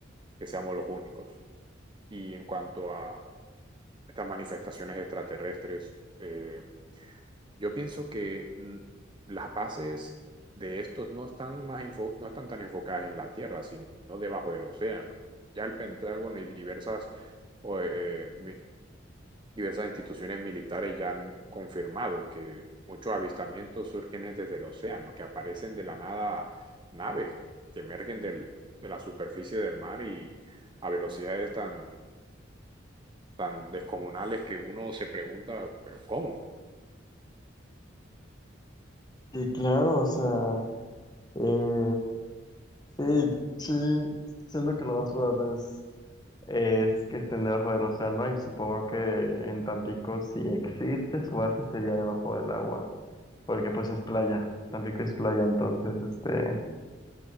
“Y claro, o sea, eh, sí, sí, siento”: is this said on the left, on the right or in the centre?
Left